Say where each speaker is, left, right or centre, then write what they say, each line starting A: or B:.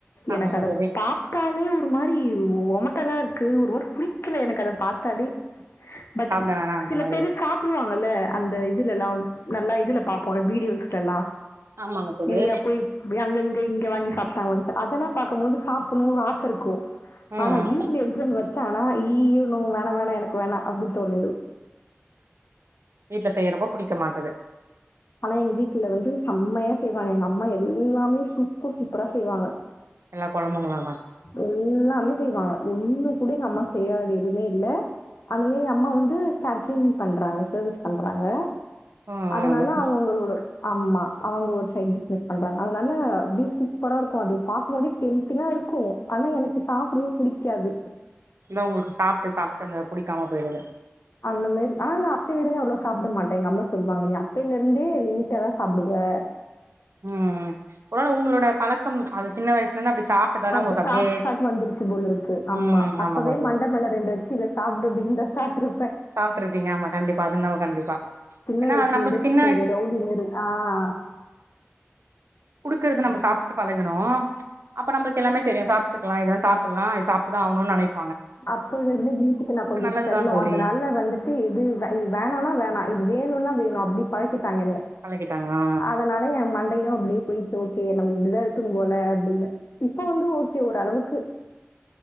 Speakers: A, on the right (about 70°); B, on the left (about 65°).
A: ஆமாங்க
B: எனக்கு அத
A: தோழி
B: பாத்தாலே ஒரு மாரி ஒமட்டல்லா இருக்கு ஒரு மாரி புடிக்கல எனக்கு அத பாத்தாலே பட்
A: சாப்ட வேணாண்
B: சில
A: அ
B: பேரு சாப்டுவாங்கல்ல அந்த இதுலல்லாம் நல்லா இதுல பாப்போம் வீடியோஸ் கெலா
A: ஆமாங்க தோழி
B: நெறையா பேர் அங்கங்க இங்க வாங்கி சாப்டாங்கோன் அதலா பாக்கும் போது சா நூறு ஆச இருக்கோ
A: ம்
B: ஆனா வீட்ல இருக்கறவங்க பாத் ச்ச ஆனா இ ஈ நோ வ வேணா எனக்கு வேணா அப்டி தோணுது
A: வீட்ல செய்றபோ புடிக்க மாட்டுது
B: ஆனா எங்க வீட்ல வந்து சம்மையா செய்வாங்க எங்க அம்மா எல்லாமே சூப்பர் சூப்பரா செய்வாங்க
A: எல்லா குழம்புங்ளா
B: எல்லாமே செய்வாக ஒண்ணு கூட எங்க அம்மா செய்யாதது எதுவுமே இல்ல அந்தமே அம்மா வந்து கேட்ரிங் பண்றாங்க சர்வீஸ் பண்றாங்க
A: ம்
B: அதனால
A: ம் பிசினஸ்
B: அவுங்களோட அம்மா அவுங்க ஒர் சைட் பிஸ்னஸ் பண்றாங்க அதனால அப்டியே சூப்பரா இருக்கும் அது பாக்கும்போது டெம்டிங்கா இருக் கும் ஆனா எனக்கு சாப்டவே பிடிக்காது
A: இதா உங்ளுக்கு சாப்டு சாப்டு அந்த புடிக்காம போயிறது
B: அந்த மேரி ஆனா நா அப்பவே இருந்து அவ்ளோ சாப்ட மாட்ட எங்கம்மா சொல்லுவாங்க நீ அப்பைல இருந்தே லிமிட்டா தான் சாப்டுவ
A: உம் உம் ஒரு வேள உங்ளோட பழக்கம் அது சின்ன வயசுலந்து அப்டி சாப்ட்டதால
B: அப்ப
A: உங்களுக்கு அப்டியே
B: சாப்ட்டு சாப்ட்டு வந்துருச்சு போலிருக்கு ஆமா
A: ம்
B: அப்வே
A: ஆமாங்க தோழி
B: மண்டமல ரெண்டு வச்சு இத சாப்பிடு அப்டினு தா சாப்டுருப்பே
A: சாப்ட்ருப்பீங்க ஆமா கண்டிப்பா அது என்னவோ கண்டிப்பா
B: சின்ன
A: ஏன்னா
B: வயசுலந்தே
A: அது நம்மளுக்கு சின்ன
B: கொஞ்ச ரவுடி மேரி ஆஹ்
A: குடுக்றத நம்ம சாப்ட்டு பழகணு அப்ப நம்ளுக்கு எல்லாமே தெரியும் சாப்ட்டுக்கலாம் இத சாப்புலாம் சாப்ட்டுதான் ஆவுனும்னு நெனப்
B: அப்பலருந்து வீட்டுக்கு நான் கொஞ்சம்
A: நல்லதுதா
B: செல்லம்
A: தோழி
B: அதனால வந்துட்டு எது இது வேணானா வேணா இது வேணுனா வேணு இப்டி பழகி கிட்டாங்க என்னைய
A: பழகிட்டாங்க ஆ
B: அதனால என் மண்டையும் அப்டியே போயிட்டு ஓகே நம்ம இப்டி தா இருக்கனு போல அப்டினு இப்ப வந்து ஓகே ஓரளவுக்கு